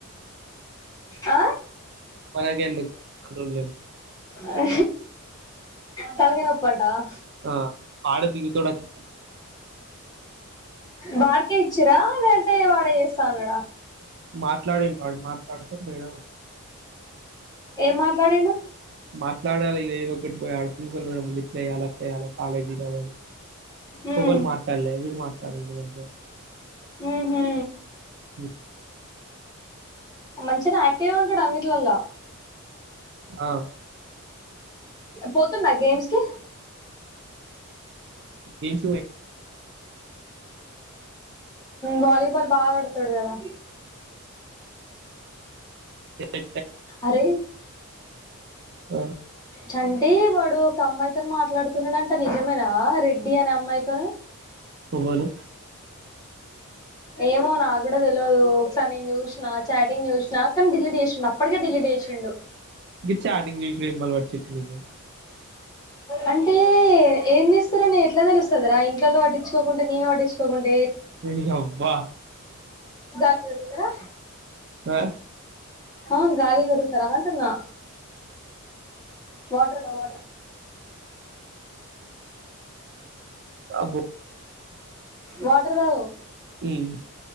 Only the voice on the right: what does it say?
మనకెందుకు కంట్రోల్
ఆ పాడ దగుతడచ్చ
మాట్లాడిన వాడు మాట్లాడితే వేరే
మాట్లాడాలి ఇ ఏదో ఒకటి పోయా ఆడ ప్రిన్సల్ మే ముందు ప్లేయలా ప్లేయాల కాలేజీ కాదాల
ఎఒళ్ళు మాట్లాడలేదు వీడు మాట్లాడ చడలు వ
మ్మ్
ఆ
గేమ్స్ <inaudible>
<inaudible>
ఆ
ఎవ్వలు
గీచాటింగ్ చేసుడు ఏం అలవాటు చే నువ్వ
నీయబ్బ
ఆ,
అబ్బో
ఉమ్,